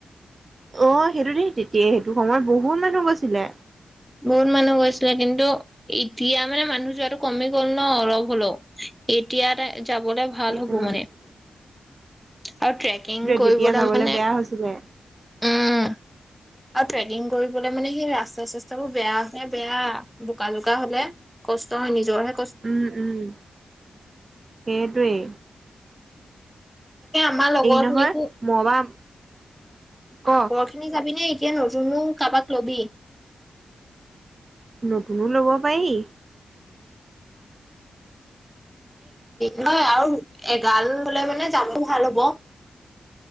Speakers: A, on the right; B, in the centre.
A: অ সেইটো দেই তেতিয়া সেইটো সময়ত বহুত মানুহ গৈছিলে
B: বহুত মানুহ গৈছিলে কিন্তু এতিয়া মানে মানুহ যোৱাটো কমি গ'ল ন অলপ হলেও এতিয়া <unintelligible> যাবলৈ ভাল
A: সেইটোৱে
B: হ'ব মানে আৰু ট্ৰেকিং কৰিবলৈ
A: তেতিয়া যাবলৈ
B: মানে
A: বেয়া হৈছিলে।
B: উম আৰু ট্ৰেকিং কৰিবলে মানে সেই ৰাস্তা চাস্তাবোৰ বেয়া হয় বেয়া বোকা জোকা হলে কষ্ট হয় নিজৰহে <unintelligible>
A: উম উম সেই কেই
B: তাকে আমাৰ লগৰ
A: নহয়
B: খিনিকো
A: মই বা ক
B: আগৰ খিনি যাবি নে কান নু কাবাক লবি
A: নতুনো ল'ব পাৰি
B: নয় আৰু এগাললে মানে যাবো ভাল হ'ব